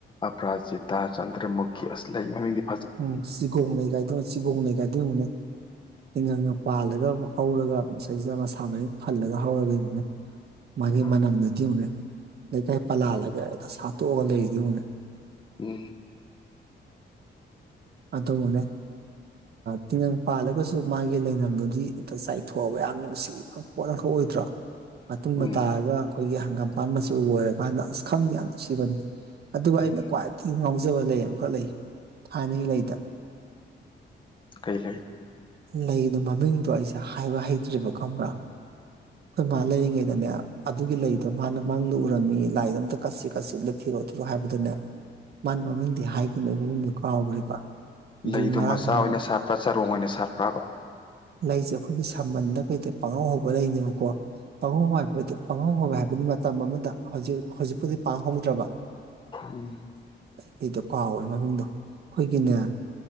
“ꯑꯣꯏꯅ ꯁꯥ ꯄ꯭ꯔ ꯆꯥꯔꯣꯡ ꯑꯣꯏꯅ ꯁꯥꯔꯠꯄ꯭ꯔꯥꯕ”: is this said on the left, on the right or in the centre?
Left